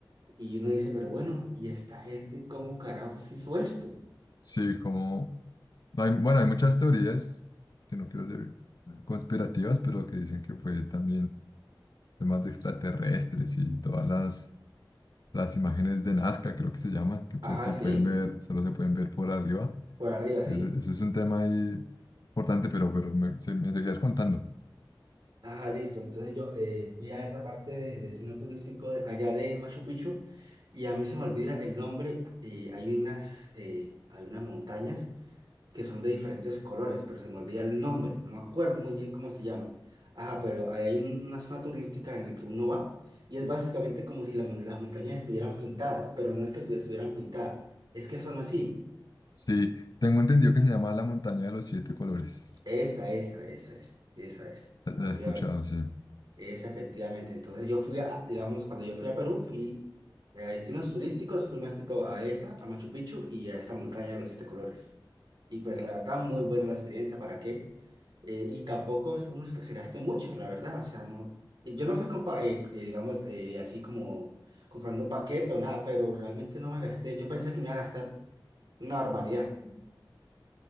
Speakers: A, on the right; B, on the left.
A: Y uno dice, pero bueno, ¿y esta gente cómo carajos hizo esto?
B: sí, como... Hay, bueno, hay muchas teorías, que no quiero ser conspirativas, pero que dicen que fue también temas de extraterrestres y todas las, las imágenes de Nazca, creo que se llama, que
A: Ajá,
B: solo se
A: sí,
B: pueden ver, solo se pueden ver por arriba.
A: por arriba,
B: Eso,
A: sí.
B: eso es un tema ahí importante, pero, pero me, se- me seguías contando.
A: Ajá, listo. Entonces yo eh, fui a esa parte del destino turístico de- allá de Machu Picchu y a mí se me olvida el nombre. eh, hay unas, eh, hay unas montañas que son de diferentes colores, pero se me olvida el nombre. No me acuerdo muy bien cómo se llama. Ajá, pero ahí hay un- una zona turística en la que uno va y es básicamente como si la mon- las montañas estuvieran pintadas, pero no es que estu- estuvieran pintadas, es que son así.
B: Sí, tengo entendido que se llama la montaña de los siete colores.
A: Esa, esa, esa es, esa es,
B: La
A: me
B: la
A: olvidó,
B: he escuchado, sí.
A: esa efectivamente. Entonces yo fui a, digamos, cuando yo fui a Perú, fui eh, a destinos turísticos, fui más que todo a esa, a Machu Picchu y a esta montaña de los siete colores. Y pues la verdad, muy buena la experiencia, ¿para qué? Eh, y tampoco es uno que se gaste mucho, la verdad, o sea, no, y yo no fui, con pa- eh, eh, digamos, eh, así como comprando un paquete o nada, pero realmente no me gasté, yo pensé que me iba a gastar una barbaridad,